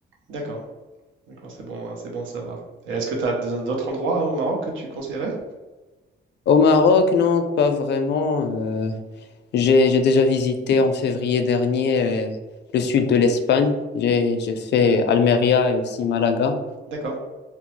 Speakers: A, on the right; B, on the left.
A: D'accord, d'accord, c'est bon, hein, c'est bon à savoir. Et est-ce que tu as d'autres endroits au Maroc que tu conseillerais?
B: Au Maroc, non, pas vraiment. euh, j'ai, j'ai déjà visité en février dernier euh, le sud de l'Espagne. J'ai, j'ai fait Almeria et aussi Malaga.
A: D'accord,